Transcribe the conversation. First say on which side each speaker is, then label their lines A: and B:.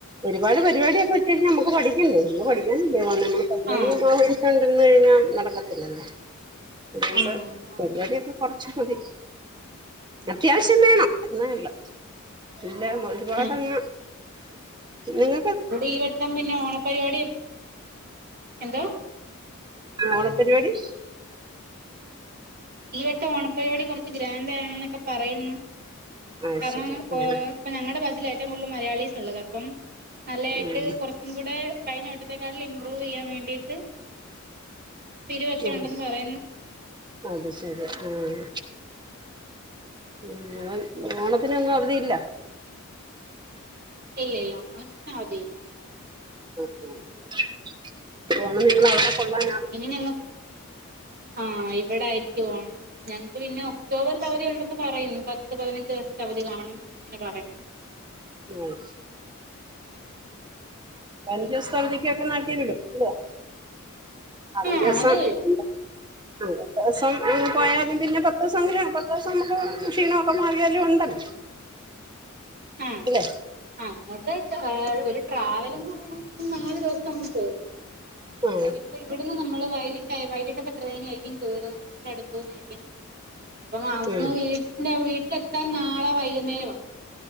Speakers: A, on the right (about 20°); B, on the right (about 45°).
A: ഒരുപാട് പരിപാടിയൊക്കെ വെച്ച് കഴിഞ്ഞാൽ നമുക്ക് പഠിക്കണ്ടേ. നമ്മള് പഠിക്കാനല്ലേ പോണേ. നമ്മള് പരിപാടിക
B: ആ
A: കണ്ടിര്ന്ന് കഴിഞ്ഞാൽ നടക്ക ല്ലലേ. <unintelligible>
B: ആ അതാ
A: പരിപാടിയൊക്കെ കൊറച്ചു മതി. അത്യാവശ്യം വേണം, എന്നാ ഇല്ല എല്ലാം ഒരുപാടങ്ങ
B: ഉം
A: നിങ്ങ
B: അവിടെ ഈ വട്ടം പിന്നെ ഓണപരിപാടി, എന്തോ?
A: ആ ഓണപരിപാടി,
B: ഈ വട്ടം ഓണപ്പരിപാടി കുറച്ച് ഗ്രാൻഡ് ആണെന്ന് എന്നൊക്കെ പറയുന്ന്‌.
A: ആ
B: കാരണം
A: ശരി
B: കോ
A: ഉം
B: ഞങ്ങളുടെ ബാച്ചില് ഏറ്റവും കൂടുതൽ മലയാളീസ് ഉള്ളത്. അപ്പം നല്ലതായിട്ട്
A: ഉം
B: കുറച്ച്, ഇവ്ടെ കഴിഞ്ഞവട്ടത്തെക്കാട്ടിൽ ഇമ്പ്രൂവ് ചെയ്യാൻ വേണ്ടിയിട്ട്, പിരിവൊക്കെ
A: ഉം
B: ഉണ്ടെന്ന് പറയുന്ന്.
A: അത് ശരി ആഹ്. ഉം ഓ ഓണത്തിനൊന്നും അവധിയില്ല.
B: ഇല്ലയില്ല ഓണത്തിന് അവധിയില്ല.
A: <unintelligible> ഓണം നിങ്ങളവിടെ കൊള്ളാനാ?
B: ഇനി ഞങ്ങ ആ ഇവിടായിരിക്കും ഓണം. ഞങ്ങക്ക് പിന്നെ ഒക്ടോബറിൽ അവധിയുണ്ടെന്ന് പറയുന്നു. പത്ത് പതിനഞ്ചോസത്തെ അവധി കാണും എന്നിങ്ങനെ പറയുന്ന്‌.
A: ഓ ശെരി. പതിനഞ്ചവസത്ത അവതികൊക്കെ നാട്ടീ വിടും ഇല്ലേ. <unintelligible>
B: ആഹ്
A: സം <unintelligible>
B: അത്
A: <inaudible> അ <unintelligible> ദിവസം പോയാലും പിന്നെ പത്ത് ദിവസെങ്കിലും പത്ത് ദിവസം നമ്മക്ക് ക്ഷീണവൊക്കെ മാറിയാലും ഉണ്ടല്ലോ.
B: ആഹ്
A: ഇല്ലേ.
B: അങ്ങോട്ട് ഒരു ട്രാ ട്രാവൽന്ന് പറയുമ്പ നാല് ദിവസം അങ്ങ് പോവും.
A: ആ
B: എന്തായാലും ഇപ്പ ഇവിടുന്ന് നമ്മള് വൈകിട്ടായ് വൈകിട്ടത്തെ ട്രെയിനായിരിക്കും കേറ. നമ്മുടെ അടുത്ത്ന്നായിരിക്കും കേറ. അപ്പ അങ്ങ്
A: ഉം,
B: വീട്ടിൽ വീട്ടിലെത്താൻ നാളെ വൈകുന്നേരം ആവും.